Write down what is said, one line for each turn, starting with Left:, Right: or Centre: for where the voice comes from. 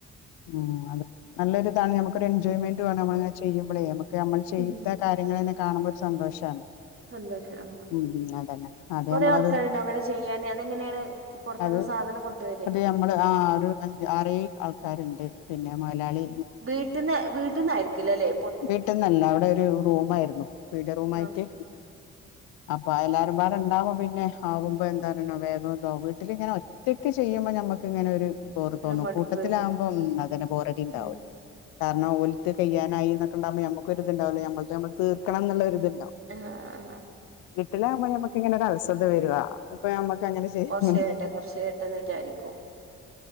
Left: ഉം അത് നല്ലൊരു ഇതാണ് നമുക്ക് ഒരു എൻജോയ്മെന്റും ആണ് നമ്മളങ്ങനെ ചെയ്യുമ്പളേ നമ്മ ക്ക് നമ്മൾ ചെയ്ത
Right: ഉം
Left: കാര്യങ്ങളന്നെ കാണുമ്പോ ഒരു സന്തോഷാണ്.
Right: സന്തോഷാണ്
Left: ഉം ഉം അതന്നെ അത്
Right: കൊറേ
Left: നമ്മളത്
Right: ആൾക്കാരുണ്ട് അങ്ങനെ ചെയ്യാന് അതെങ്ങനെയാണ് പൊറത്തിന്ന്
Left: അത്
Right: സാധനം കൊണ്ടുവരെ?
Left: അത് നമ്മള് ആ ഒരു അഞ്ച് ആറേഴ് ആൾക്കാരുണ്ട് പിന്നെ മൊതലാളി
Right: വീട്ടിന്ന് വീട്ടിന്ന് അയക്കില്ലല്ലേ?
Left: വീട്ടിന്നല്ല അവിടെ ഒരു റൂം ആയിരുന്നു പീടിയാ റൂമായിട്ട്
Right: ആഹ്
Left: അപ്പോ എല്ലാരും വേറെണ്ടാവുമ്പോപിന്നെ ആവുമ്പോ എന്താ പിന്നെ വേഗം ദാവും വീട്ടിലിങ്ങനെ ഒറ്റക്ക് ചെയ്യുമ്പോ നമ്മക്കിങ്ങനെ ഒര് ബോറ്തോന്നും
Right: ഒരു മടുപ്പ്
Left: കൂട്ടത്തിലാകുമ്പം അതെന്നെ ബോറടി ഇണ്ടാവൂല
Right: ഉം
Left: കാരണം ഓല്ത് കഴിയാനയിന്ന് ഇത് ഇണ്ടാവുമ്പോ നമ്മക്കു ഒരിത് ഇണ്ടാവൂലേ നമ്മള്ത് നമ്മക്ക് തീർക്കണംന്നുള്ളൊര്ത്
Right: എ എഹേ
Left: വീട്ടിലാവുമ്പോ നമ്മക്കിങ്ങനെ ഒരു അശ്രദവരുവാ അതിപ്പോ നമ്മക്ക് ങ്ങനെ ചെയ്യ
Right: കൊറച്ച് കഴിയട്ടെ കൊറച്ച് കഴിയട്ടെന്ന് വിചാരിക്കും